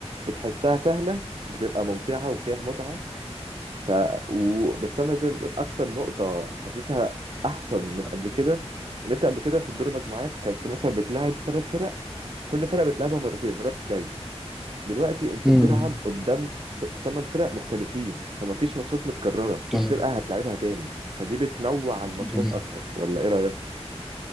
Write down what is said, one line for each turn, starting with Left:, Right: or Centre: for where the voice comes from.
Right: بتحسها سهلة بتبقى ممتعة وفيها متعة ف و... بس انا زي ما بقول اكتر نقطه حاسسها احسن من
Centre: مم.
Right: قبل كده ان انت قبل كده في الدور المجموعات كنت مثلا بتلاعب ثلاث فرق كل فرقه بتلعبها مرتين رايح جاي دلوقتي انت
Centre: مم.
Right: بتلعب قدام ثمان فرق مختلفين فما فيش ماتشات متكرره مفيش
Centre: تمام
Right: فرقه هتلعبها تاني فدي بتنوع الماتشات
Centre: تمام
Right: اكتر ولا ايه رايك